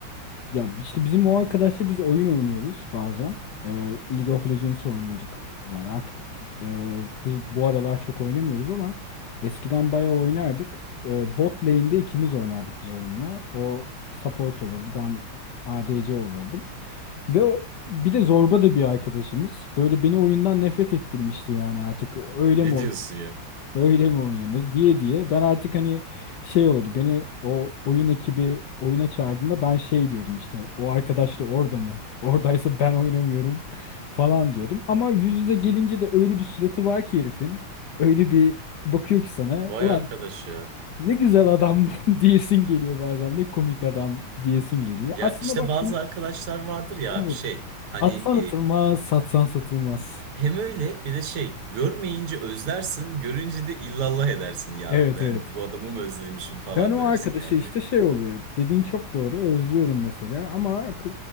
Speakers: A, on the left; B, on the right.
A: Ya işte bizim o arkadaşla biz oyun oynuyoruz bazen. E, League of Legends oynuyorduk. Yani artık e, bu, bu aralar çok oynamıyoruz ama eskiden bayağı oynardık. E, bot lane'de ikimiz oynardık biz onunla. O support olurdu ben ADC olurdum. Ve o- bir de zorba da bir arkadaşımız. Böyle beni oyundan nefret ettirmişti yani artık öyle
B: Ne
A: mi oynanır,
B: diyorsun ya?
A: böyle mi oynanır diye diye. Ben artık hani şey oldu beni o oyun ekibi oyuna çağırdığında ben şey diyordum işte o arkadaş da orada mı? Oradaysa ben oynamıyorum <laughs> falan diyordum. Ama yüz yüze gelince de öyle bir suratı var ki herifin. Öyle bir bakıyor ki sana.
B: Vay
A: Ulan
B: arkadaş ya.
A: ne güzel adam <laughs> diyesin geliyor bazen de komik adam diyesin geliyor.
B: Ya
A: Aslında
B: işte
A: baktın
B: bazı arkadaşlar vardır ya
A: evet.
B: bir şey. Hani
A: Atsan atılmaz, satsan satılmaz.
B: Hem öyle bir de şey görmeyince özlersin görünce de illallah edersin ya
A: Evet
B: ben
A: evet.
B: bu adamı mı özlemişim falan
A: Ben o
B: dersin
A: arkadaşı
B: yani.
A: işte
B: Bir-
A: şey oluyor. Dediğin çok doğru. Özlüyorum mesela ama k-